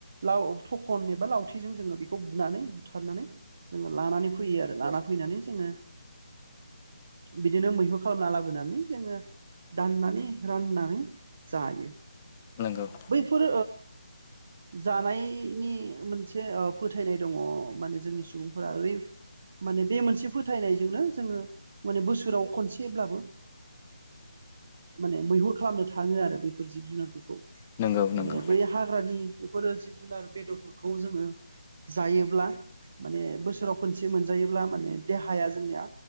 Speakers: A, on the right; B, on the left.
A: लाव थखन एबा लावथिजों जोङो बेखौ बुनानै बुथारनानै जोङो लानानै फैयो आरो लाना फैनानै जोङो बिदिनो मैहुर खालामना लाबोनानै जोङो दाननानै राननानै जायो
B: नंगौ
A: बेफोर जानायनि मोनसे फोथायनाय दङ माने जोंनि सुबुंफोरा ओरै माने बे मोनसे फोथायनायजोंनो जोङो माने बोसोराव खनसेब्लाबो माने मैहुर खालामनो थाङो आरो बेफोर जिब जुनारफोरखौ
B: नंगौ नंगौ
A: माने बै हाग्रानि बेफोरो जिब जुनार बेदरफोरखौ जोङो जायोब्ला माने बोसोराव खनसे मोनजायोब्ला माने देहाया जोंनिया